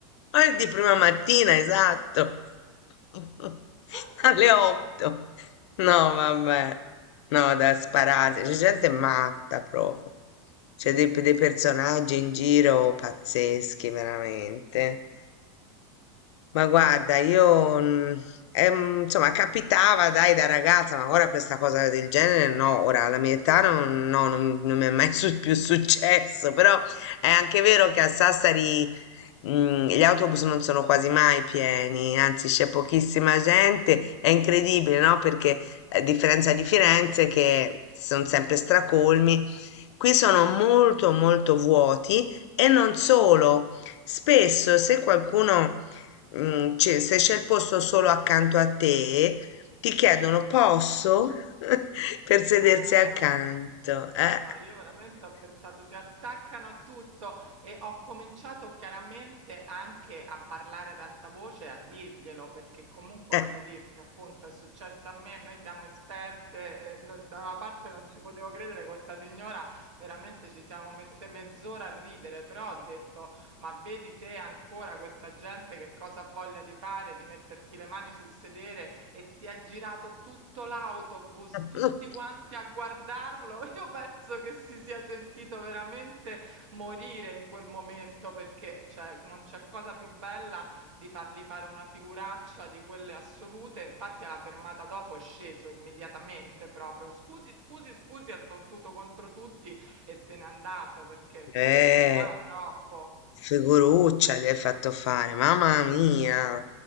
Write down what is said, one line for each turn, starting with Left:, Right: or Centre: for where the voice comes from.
Left: Ah, è di prima mattina, esatto. <laughs>
Right: <laughs>
Left: Alle 8. No, vabbè. No, da sparare. C'è gente matta proprio. C'è dei, dei personaggi in giro pazzeschi, veramente. Ma guarda, io mm, ehm, insomma capitava dai da ragazza, ma ora questa cosa del genere no, ora alla mia età non, no, non- non mi è mai <laughs> su- più successo, però è anche vero che a Sassari mm, gli autobus non sono quasi mai pieni, anzi c'è pochissima gente, è incredibile, no? Perché a differenza di Firenze che sono sempre stracolmi, qui sono molto molto vuoti e non solo, spesso se qualcuno Mm, cioè, se c'è il posto solo accanto a te, ti chiedono posso <laughs> per sedersi
Right: Eh,
Left: accanto. Eh?
Right: No, io veramente ho pensato si attaccano a tutto e ho cominciato chiaramente anche a parlare ad alta voce, a dirglielo, perché comunque
Left: Eh.
Right: voglio dirti, appunto, è successo a me, noi siamo esperte, eh, no- da una parte non ci potevo credere con sta signora, veramente ci siamo messe mezz'ora a ridere, però ho detto, ma vedi te ancora questa gente che cosa ha voglia di fare, di metterti le mani sul sedere e si è girato tutto l'autobus,
Left: <laughs>
Right: tutti quanti a guardarlo. <laughs> Io penso che si sia sentito veramente morire in quel momento perché cioè, non c'è cosa più bella di fargli fare una figuraccia di quelle assolute. Infatti, alla fermata dopo è sceso immediatamente proprio. Scusi, scusi, scusi, ha sbattuto contro tutti e se n'è andato perché si
Left: Eh.
Right: vergognava troppo.
Left: Figuruccia gli hai fatto fare, mamma mia!